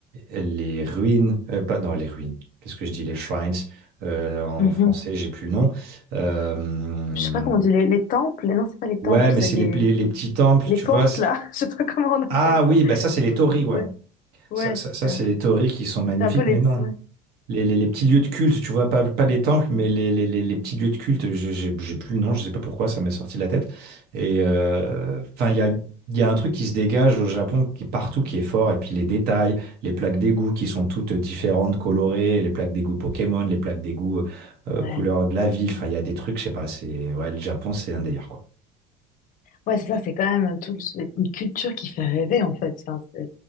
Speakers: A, on the right; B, on the left.
A: les ruines, euh, pas non les ruines. Qu'est-ce que je dis, les shrines euh, en
B: mhm.
A: français, j'ai plus le nom. Euh,
B: Je sais pas comment on dit, les, les temples. Non, c'est pas les temples,
A: ouais, mais
B: c'est
A: c'est
B: les,
A: les, les, les petits temples,
B: les
A: tu
B: portes
A: vois. c'est-
B: là. <laughs> Je sais pas comment on appelle
A: Ah oui,
B: ça.
A: bah ça c'est les
B: Ouais,
A: torii, ouais.
B: ouais, ouais.
A: Ça, ça- ça,
B: C'est
A: c'est
B: un peu,
A: des théories qui sont magnifiques,
B: c'est un peu les.
A: mais non.
B: Ouais.
A: Les, les- les petits lieux de culte, tu vois, pas, pas les temples, mais les, les- les- les petits lieux de culte, j'ai j'ai- j'ai plus le nom, je sais pas pourquoi, ça m'est sorti de la tête. Et euh, enfin, il y a, il y a un truc qui se dégage au Japon, qui est partout, qui est fort, et puis les détails, les plaques d'égout qui sont toutes différentes, colorées, les plaques d'égout Pokémon, les plaques d'égout
B: Ouais.
A: euh, couleur de la ville, enfin, il y a des trucs, je sais pas, c'est, ouais, le Japon, c'est un délire, quoi.
B: Ouais, c'est ça, c'est quand même tout, le- c'est une culture qui fait rêver, en fait. Enfin, c'est-